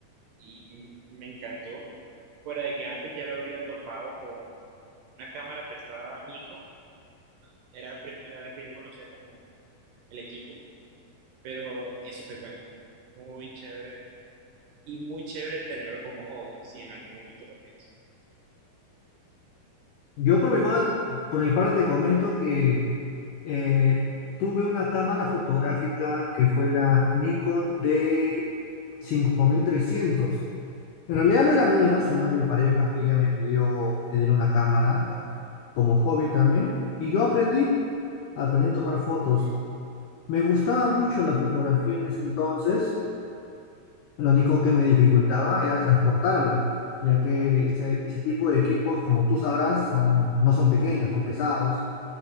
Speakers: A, on the right; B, on the left.
A: y m- me encantó. Fuera de que antes ya lo había topado con una cámara prestada a Nico, era la primera vez que yo conocía como el equipo pero eso te cuento, muy chévere y muy chévere tenerlo como hobby, si en algún momento lo piensas.
B: Yo por mi, cua- por mi parte te comento que eh, tuve una cámara fotográfica que fue la Nikon d cinco mil trescientos. En realidad no era mía, sino de mi pareja. Ella me pidió tener una cámara para, como hobby también. Y yo aprendí, aprendí a tomar fotos. Me gustaba mucho la fotografía en ese entonces. Lo único que me dificultaba era transportarla, ya que ese, ese tipo de equipos, como tú sabrás, son, no son pequeños, son pesados